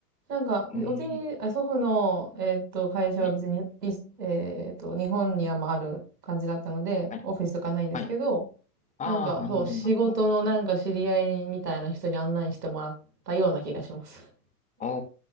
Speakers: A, on the right (about 85°); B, on the left (about 15°).
A: なんか、
B: うーん。
A: おじい、あ祖父の、えっと、会社は別に、
B: はい、
A: いえっと、日本にはまあある感じだったので、
B: はい、
A: オフィスとかないんですけど、
B: はい。ああ、
A: なんか、
B: なるほど、
A: そう、仕事のなんか知り合いみたいな人に案内してもらったような気がします。
B: なるほど。ああ、